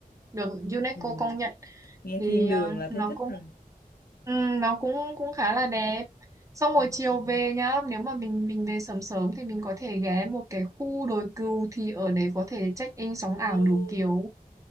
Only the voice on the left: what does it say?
Ừm,
nghe
thiên đường
là thấy
thích
rồi
ok
Ôi.